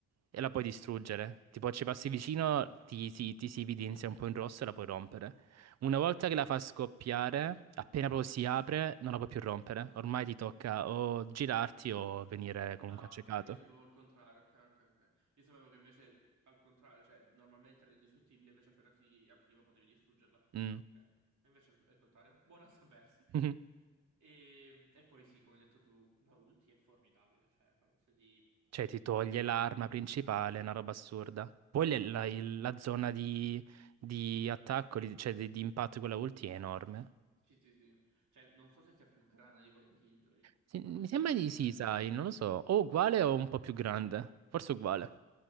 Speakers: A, on the right; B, on the right.
A: e la puoi distruggere. Tipo, ci passi vicino, ti, ti, ti si evidenzia un po' in rosso e la puoi rompere. Una
B: Ah,
A: volta
B: ok,
A: che
B: ok.
A: la fa scoppiare, appena proprio si apre, non la puoi più rompere. Ormai ti tocca o girarti o venire comunque
B: Ah,
A: accecato.
B: ok, io sapevo il contrario, ok, ok, ok. Io sapevo che invece al contrario, cioè normalmente era indistruttibile, invece appena si apriva potevi distruggerla.
A: Mm.
B: Ok, e invece è il contrario. <laughs> Buono a sapersi.
A: <laughs>
B: E, e poi sì, come hai detto tu, la ulti è formidabile, cioè è qualcosa di...
A: Cioè, ti toglie
B: Penso...
A: l'arma principale,
B: Esatto,
A: è una roba assurda. Poi le- la,
B: è proprio...
A: il- la zona di, di attacco, di- cioè di, di impatto di quella ulti è enorme.
B: Sì, sì, sì. Cioè, non so se sia più grande di quella di Killjoy,
A: Sì,
B: ma
A: mi
B: non
A: sembra
B: credo,
A: di
B: sai.
A: sì, sai, non lo so. O uguale o un po' più grande. Forse uguale.